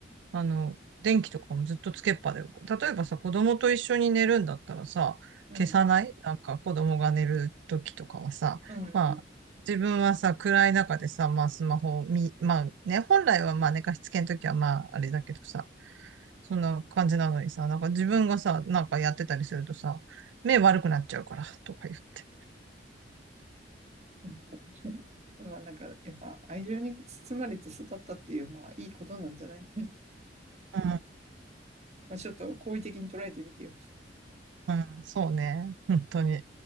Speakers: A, on the right; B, on the right.
A: あの、電気とかもずっとつけっぱだよ。例えばさ、子供と一緒に寝るんだったらさ、
B: うん、
A: 消さないなんか子供が寝る時とかはさ、
B: うん、うん。
A: まあ、自分はさ、暗い中でさ、まあスマホを見、まあね、本来はまあ寝かしつけの時はまああれだけどさ、そんな感じなのにさ、なんか自分がさ、なんかやってたりするとさ、目悪くなっちゃうから、とか言って。
B: うんまあなんか、やっぱ愛情に包まれて育ったっていう、まあいいことなんじゃない
A: う
B: <laughs> まあちょっと好意的に捉えてみてよ。
A: ん、うん、そうね、本当に。